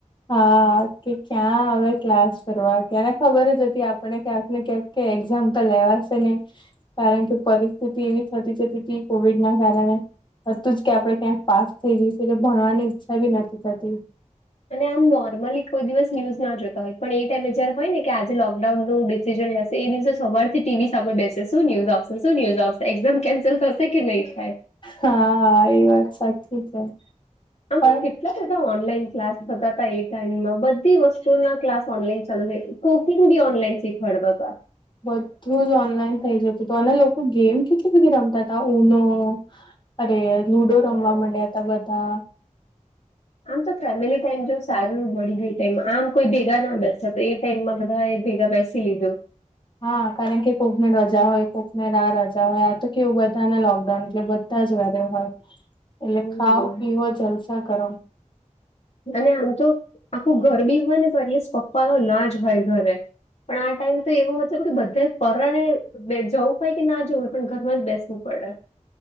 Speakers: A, on the left; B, on the left.
A: હા કે ક્યાં આવે ક્લાસ ફરવા કે એને ખબર જ હતી આપને ક્યાંક ને ક્યાંક કે એક્ઝામ્પલ લેવાશે નઈ કારણ કે પરિસ્થિતિ એવી થતી જતી હતી કોવિડ ના કારણે હતું જ કે આપડણે ક્યાંક પાસ થઈ જઈશું એટલે ભણવાની ઈચ્છા ભી નથી થતી
B: અને આમ નોર્મલી કોઈ દિવસ ન્યુઝ ના જોતા હોય પણ એ ટાઈમે જ્યારે હોય ને કે આજે લોકડાઉનનું ડિસીિઝન લેશે એ દિવસે સવારથી ટીવી સામે બેસે શું ન્યૂઝ આવશે શું ન્યુઝ આવશે એક્ઝામ કેન્સલ થશે કે નહી થાય
A: હા હા એ વાત સાચી છે
B: આમ
A: પણ
B: તો કે કેટલા બધા ઓનલાઈન ક્લાસ થતા હતા એ ટાઈમમાં બધી વસ્તુ ના ક્લાસ ઓનલાઈન ચાલુ થઈ ગયા કુકિંગ બી ઓનલાઈન શીખવાડતા હતા
A: બધું જ ઓનલાઈન થઇ જતું હતું અને લોકો ગેમ કેટલી બધી રમતા હતા ઉનો અરે લુડો
B: હા
A: રમવા માંડ્યા હતા બધા
B: આમ તો ફેમિલી ટાઈમ જોવું સારું ને મળી ગયુ એ ટાઈમ આમ કોઈ ભેગા ના બેસે તો એ ટાઈમમાં બધા એ ભેગા બેસે કી લીધું
A: હા કારણ કે કોકને રજા હોય કોકને ના રજા હોય આ તો કેવું બધાને લોકડાઉન એટલે તા જ ઘરે હોય એટલે
B: હમ
A: ખાઓ પીવો જલસા કરો
B: અને આમ તો આખું ઘર બી હોયને તો એટલે પપ્પા તો ના જ હોય ઘરે પણ આ ટાઈમ તો એવો હતો કે બધા પરાણે બે જવું હોય કે ના જવું હોય પણ ઘરમાં જ બેસવું પડે